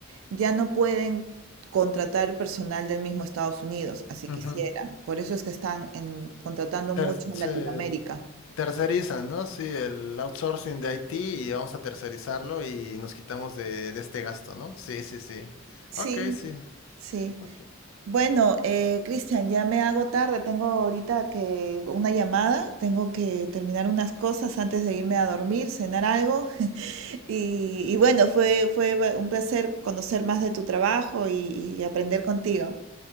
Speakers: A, on the right; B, on the left.
A: ya no pueden contratar personal del mismo Estados Unidos, así
B: Ujú.
A: quisieran. Por eso es que están en- contratando
B: Ter-
A: mucho en
B: se
A: Latinoamérica.
B: tercerizan, ¿no? Sí, el outsourcing de IT y vamos a tercerizarlo y nos quitamos de, de este gasto, ¿no? Sí, sí, sí.
A: Sí,
B: Ok, sí.
A: sí.
B: Ok.
A: Bueno, eh, Cristian, ya me hago tarde, tengo ahorita que una llamada, tengo que terminar unas cosas antes de irme a dormir, cenar algo. <laughs> Y, y bueno, fue, fue ba- un placer conocer más de tu trabajo y, y aprender contigo.